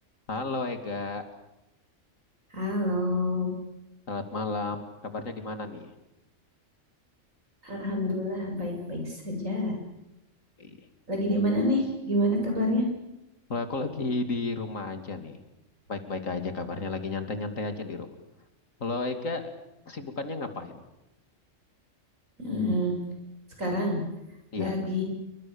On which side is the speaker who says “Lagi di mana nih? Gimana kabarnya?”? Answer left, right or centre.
Right